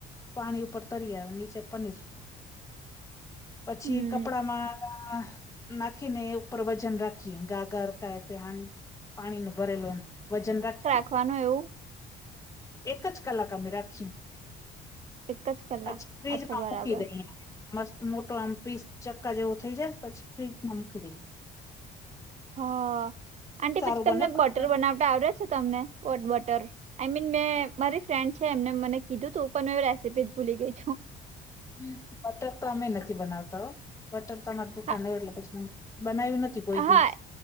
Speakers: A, on the left; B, on the right.
A: પાણી ઉપર તરી નીચે પનીર પછી
B: હમ
A: કપડામાં નાખીને ઉપર વજન રાખીએ ગાગર કે છે, હાણી પાણી નું ભરેલું વજન રાખે.
B: શીખવાનું એવુ
A: એક જ કલાક અમે રાખી
B: એક જ કલાક
A: પછી ફ્રીજમાં
B: અચ્છા બરાબર
A: મૂકી દઈએ મસ્ત મોટો આમ પીસ ચક્કા જેવું થઇ જાય પછી ફ્રીજમાં મૂકી દઈ
B: હહ આંટી
A: સારું
B: પછી તમને
A: બને પણ
B: બટર બનાવતા આવડે છે, તમને વોટ બટર આઈ મીન મેં મારી ફ્રેન્ડ છે એમને મને કીધું તું પણ રેસીપી જ ભૂલી ગઈ છુ.
A: હ બટર તો અમે નથી બનાવતા હો બટર તો અમાર દુખાન
B: હા
A: નય એટલે પછી બનાવ્યું નથી. કોઈ
B: હા
A: દિવસ